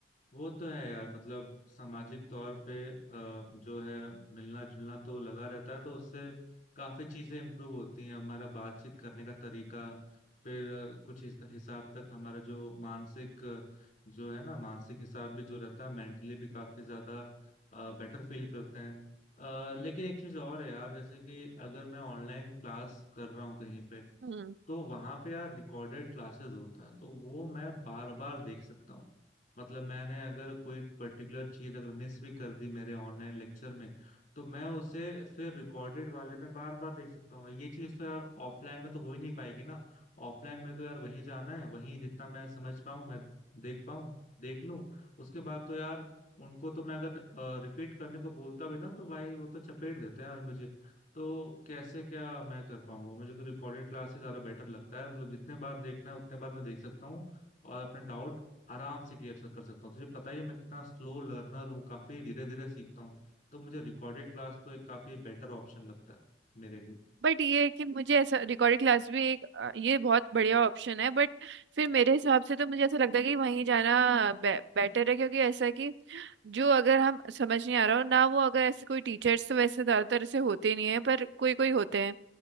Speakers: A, on the left; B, on the right.
A: वो तो है यार मतलब सामाजिक तौर पे अ, जो है मिलना जुलना तो लगा रहता है तो उससे काफी चीजें इम्प्रूव होती हैं हमारा बातचीत करने का तरीका फिर अ, कुछ हिस- हिसाब तक हमारा जो मानसिक अ, जो है ना मानसिक हिसाब भी जो रहता है मेंटली भी काफी ज्यादा बेटर फील करते हैं अ, लेकिन एक चीज और है यार जैसे कि अगर मैं ऑनलाइन क्लास कर रहा हूँ कहीं पे
B: हम्म
A: तो वहां पे यार रिकॉर्डेड क्लासेस होता है तो वो मैं बार बार देख सकता हूँ मतलब मैंने अगर कोई पर्टिकुलर चीज अगर मिस भी कर दी मेरे ऑनलाइन लेक्चर में तो मैं उसे फिर रिकॉर्डेड वाले में बार बार देख सकता हूँ ये चीज तो यार ऑफलाइन में तो हो ही नहीं पाएगी ना ऑफलाइन में तो यार वहीं जाना है वहीं जितना मैं समझ पाऊँ मैं देख पाऊँ देख लूँ उसके बाद तो यार उनको तो मैं अगर रिपीट करने को बोलता भी ना तो भाई वो तो चपेट देते हैं यार मुझे। तो कैसे क्या मैं कर पाऊंगा मुझे तो रिकॉर्डेड क्लास ही ज्यादा बेटर लगता है मतलब जितने बार देखना है उतने बार मैं देख सकता हूँ और अपने डाउट आराम से क्लियर कर सकता हूँ तुझे पता ही है मैं कितना स्लो लर्नर हूँ काफी धीरे धीरे सीखता हूँ तो मुझे रिकॉर्डेड क्लास तो एक काफी बेटर ऑप्शन लगता है मेरे लिए
B: बट ये है कि मुझे ऐसा रिकॉर्डिंग क्लास भी एक अ, ये बहुत बढ़िया ऑप्शन है बट फिर मेरे हिसाब से तो मुझे ऐसा लगता है कि वहीं जाना बे, बेटर है क्योंकि ऐसा है कि जो अगर हम समझ नहीं आ रहा हो ना वो अगर ऐसे कोई टीचर्स तो वैसे ज़्यादातर ऐसे होते नहीं है पर कोई कोई होते हैं